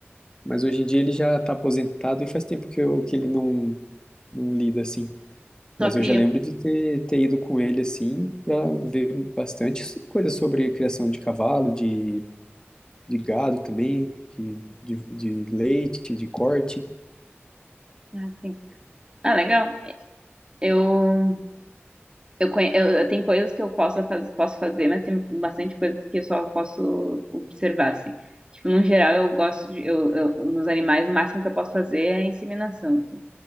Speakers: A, on the left; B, on the right.
A: Mas hoje em dia ele já está aposentado e faz tempo que, eu, que ele não, não lida assim. Mas
B: Só
A: eu
B: cria.
A: já lembro de ter, ter ido com ele assim para ver bastante s- coisa sobre criação de cavalo, de, de gado também, de, de, de leite, de corte.
B: Ah, sim. Ah, legal. Eu, eu, conhe- eu, eu tenho coisas que eu posso, faz- posso fazer, mas tem bastante coisas que eu só posso observar, assim. Tipo, no geral, eu gosto de, eu, eu- nos animais, o máximo que eu posso fazer é a inseminação, assim,